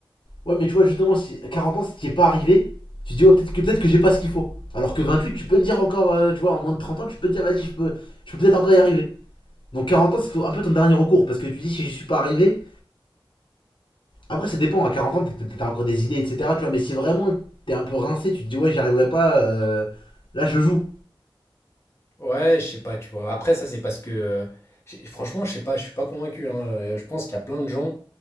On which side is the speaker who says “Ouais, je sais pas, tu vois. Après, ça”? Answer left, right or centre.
Left